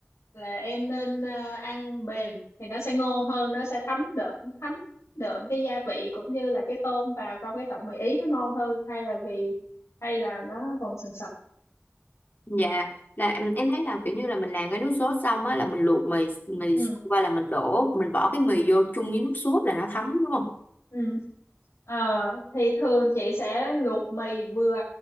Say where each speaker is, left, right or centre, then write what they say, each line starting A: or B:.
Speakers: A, on the left (about 85°); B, on the left (about 40°).
A: là em nên à, ăn mềm thì nó sẽ ngon hơn nó sẽ thấm đượm thấm đượm cái gia vị cũng như là cái tôm vào trong cái tọng mì ý nó ngon hơn hay là vì hay là nó còn sần sật
B: dạ là em, em thấy là kiểu như là mình làm cái nước sốt xong á là mình luộc mì mì
A: ừ
B: qua là mình đổ mình bỏ cái mì vô chung với nước sốt là nó thấm đúng không
A: ừ Ờ, thì thường chị sẽ luộc mì vừa